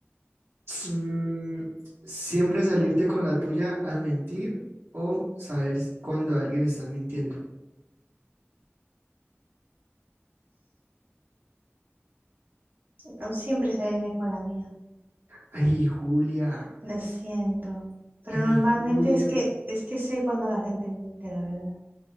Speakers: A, on the right; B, on the right.
A: Mm, siempre salirte con la tuya al mentir o saber cuando alguien está mintiendo.
B: No siempre salirme con la mía.
A: Ay, Julia,
B: Lo siento. Pero
A: ay,
B: normalmente
A: Julia,
B: es que es que sé cuando la gente miente, la verdad.